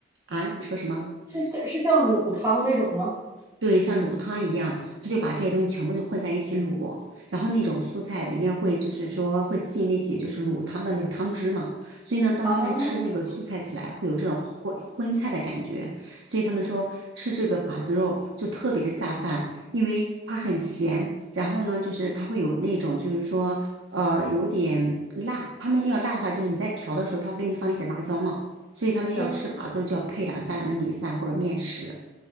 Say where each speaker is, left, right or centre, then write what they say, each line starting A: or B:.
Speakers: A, on the right; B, on the right.
A: 啊，你说什么？
B: 是像是像卤汤那种吗？
A: 对，像卤汤一样，他就把这些东西全部就混在一起卤，然后那种素菜里面会就是说会进那些就是卤汤的那个汤汁嘛，所以呢，当他们吃那个素菜起来，
B: 啊，
A: 会有这种荤荤菜的感觉，所以他们说吃这个把子肉就特别的下饭，因为它很咸，然后呢，就是它会有那种就是说呃有点辣，他们要辣的话，就是你在调的时候，他会给你放一些辣椒嘛，所以他们要吃把子肉就要配两三碗的米饭或者面食。
B: 嗯，